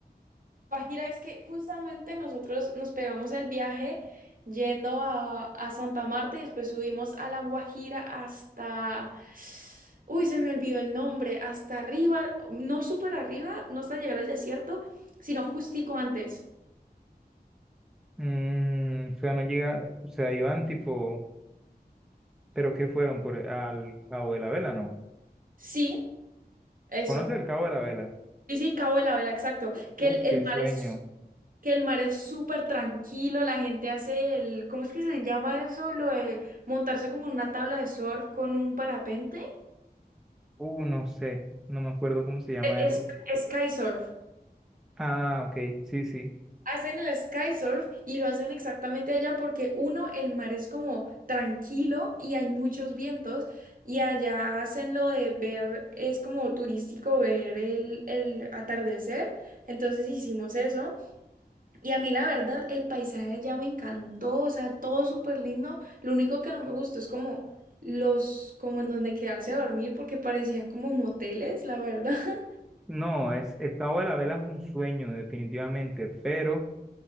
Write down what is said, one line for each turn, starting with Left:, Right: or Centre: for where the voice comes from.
Right: Guajira, es que justamente nosotros nos pegamos el viaje yendo a, a Santa Marta y después subimos a La Guajira hasta... Uy, se me olvidó el nombre, hasta arriba, no súper arriba, no hasta llegar al desierto, sino justico antes.
Centre: Mm, o sea, no llega, o sea, iban tipo, pero ¿qué fueron por e, al Cabo de la Vela, no?
Right: Sí, eso.
Centre: ¿Conoce el Cabo de la Vela?
Right: Sí, sí, Cabo de la Vela, exacto. Que
Centre: Uf,
Right: el, el
Centre: qué sueño.
Right: mar es, que el mar es súper tranquilo, la gente hace el, ¿cómo es que se llama eso? Lo de montarse como en una tabla de surf con un parapente.
Centre: Uh, no sé, no me acuerdo cómo se llama
Right: E,
Centre: eso.
Right: Es, es sky surf.
Centre: Ah, ok, sí, sí.
Right: Hacen el sky surf y lo hacen exactamente allá porque uno, el mar es como tranquilo y hay muchos vientos y allá hacen lo de ver, es como turístico ver el, el atardecer. Entonces hicimos eso y a mí la verdad el paisaje de allá me encantó, o sea, todo súper lindo. Lo único que no me gustó es como los, como en donde quedarse a dormir porque parecían como moteles, la verdad. <laughs>
Centre: No, es el Cabo de la Vela es un sueño definitivamente, pero